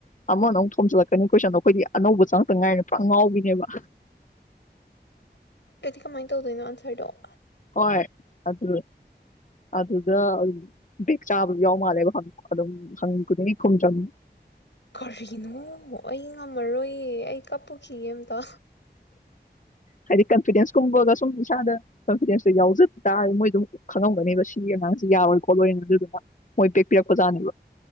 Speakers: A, on the left (about 45°); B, on the left (about 80°).
A: ꯑꯃꯅ ꯑꯃꯨꯛ ꯊꯣꯝꯖꯤꯜꯂꯛꯀꯅꯤ ꯀꯣꯏꯁꯟ ꯑꯗꯣ ꯑꯩꯈꯣꯏꯗꯤ ꯑꯅꯧꯕ ꯆꯪꯉꯛꯇ ꯉꯥꯏꯔꯤꯅꯤꯅ ꯄꯨꯔ ꯉꯥꯎꯕꯤꯅꯦꯕ
B: ꯀꯥꯃꯥꯏ ꯇꯧꯗꯨꯏꯅꯣ ꯑꯟꯁ꯭ꯔꯗꯣ
A: ꯑꯣꯏ ꯑꯗꯨ ꯑꯗꯨꯗ ꯕꯦꯛ ꯆꯥꯕꯖꯨ ꯌꯥꯎ ꯃꯥꯜꯂꯦꯕ ꯍꯡ ꯑꯗꯨꯝ ꯍꯪꯉꯤ ꯈꯨꯗꯤꯡꯒꯤ ꯈꯨꯝꯗ꯭ꯔꯝꯅꯦ
B: ꯀꯔꯤꯅꯣ ꯑꯩ ꯉꯝꯃꯔꯣꯏꯌꯦ ꯑꯩ ꯀꯞꯄꯨꯈꯤꯒꯦ ꯑꯝꯇ
A: ꯍꯥꯏꯗꯤ ꯀꯟꯐꯤꯗꯦꯟꯁ ꯀꯨꯝꯕꯒ ꯁꯨꯝ ꯏꯁꯥꯗ ꯀꯟꯐꯤꯗꯦꯟꯁꯇꯣ ꯌꯥꯎꯖꯕ ꯇꯥꯔꯗꯤ ꯃꯣꯏ ꯑꯗꯨꯝ ꯈꯪꯉꯝꯒꯅꯦꯕ ꯁꯤꯒꯤ ꯑꯉꯥꯡꯁꯤ ꯌꯥꯔꯣꯏ ꯈꯣꯠꯂꯣꯏꯅ ꯑꯗꯨꯗꯨꯅ ꯃꯣꯏ ꯕꯦꯛ ꯄꯤꯔꯛꯄꯖꯥꯠꯅꯦꯕ